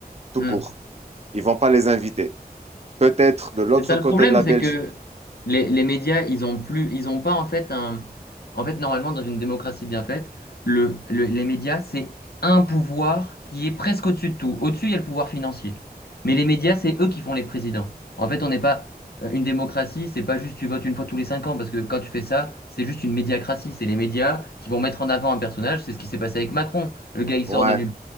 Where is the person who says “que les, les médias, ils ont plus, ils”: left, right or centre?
Left